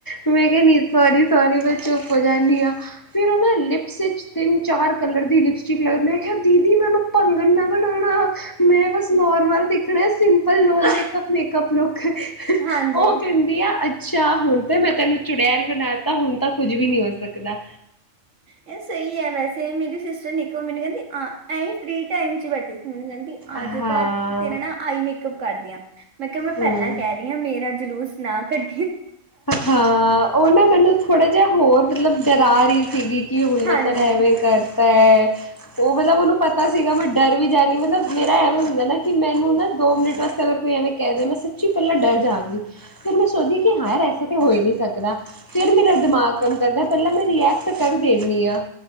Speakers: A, on the left; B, on the right.
A: ਮੈਂ ਕਿਹਾ ਨੀ ਸਾਰੀ ਸੋਰੀ ਮੈਂ ਚੁੱਪ ਹੋ ਜਾਂਨੀ ਆ। ਫੇਰ ਔਨਾਂ ਲਿਪਸ ਇੰਚ ਤਿੰਨ-ਚਾਰ ਕਲਰ ਦੀ ਲਿਪਸਟਿਕ ਲਗਾਂਦਾ ਮੈਂ ਕਿਹਾ ਦੀ- ਦੀ ਮੈਨੂੰ ਭੰਗਣ ਨਾ ਬਣਾਣਾ। ਮੈਂ ਬਸ ਨੋਰਮਲ ਦਿਖਣਾ simple no makeup makeup look. ਔ
B: ਹਾਂਜੀ,
A: ਕਹਿੰਦੀ ਆ ਅੱਛਾ, ਹੁਣ ਤੇ ਮੈਂ ਤੈਨੂੰ ਚੁੜੈਲ ਬਣਾ ਤਾਂ ਹੁਣ ਤਾਂ ਕੁੱਝ ਵੀ ਨਹੀ ਹੋ ਸਕਦਾ। ਦਾ
B: ਇਹ ਸਹੀ ਏ ਵੈਸੇ ਮੇਰੀ ਸਿਸ ਨ ਇੱਕ ਵਾਰ ਮੈਨੂੰ ਕਹਿੰਦੀ ਆ ਐਈ ਫ੍ਰਰੀ ਟਾਈਮ ਚ ਬੈਠੇ ਸੀ ਮੈਨੂੰ ਕਹਿੰਦੀ
A: ਹਾਂ
B: ਅੱਜ ਦਾ ਤੇਰੇ ਨਾ ਆਈ ਮੇਕਪ ਕਰਦੀਆਂ ਮੈਂ ਕਿਹਾ ਮੈਂ ਪਹਿਲਾਂ
A: ਹੂੰ
B: ਕਹਿ ਰਹੀ ਹਾਂ ਮੇਰਾ ਜਲੂਸ ਨਾ ਕੱਢ
A: ਹਾਂ ਔ ਨਾ ਮੈਨੂੰ ਥੋੜੇ ਜਾਂ ਹੋਰ ਮਤਲਬ ਡਰਾ ਰਹੀ ਸੀਗੀ। ਕਿ ਹੁਣ
B: ਹਾਂਜੀ।
A: ਮੈਂ ਤੇਰਾ ਏਵੇਂ ਕਰ ਤਾਂ ਔ ਮਤਲਬ ਨੂੰ ਪਤਾ ਸੀਗਾ ਮੈਂ ਡਰ ਵੀ ਜਾਣੀ ਮਤਲਬ ਮੇਰਾ ਐਵੇਂ ਹੁੰਦਾ ਨਾ ਕਿ ਮੈਨੂੰ ਨਾ ਦੋ ਮਿੰਟ ਵਾਸਤੇ ਅਗਰ ਕੋਈ ਐਵੇਂ ਕਹਿ ਦ ਮੈਂ ਸੱਚੀ ਪਹਿਲਾਂ ਡਰ ਜਾਂਗੀ ਫੇਰ ਮੈਂ ਸੋਚਦੀ ਹਾ ਯਾਰ ਐਸਾ ਤੇ ਹੋ ਹੀ ਨਹੀਂ ਸਕਦ ਨਾ ਫਿਰ ਮੇਰਾ ਦਿਮਾਗ ਕੰਮ ਕਰਦਾ ਪਹਿਲਾਂ ਮੈਂ ਰੀਐਕਟ ਕਰ ਦੇ ਦੇਨੀ ਹਾਂ।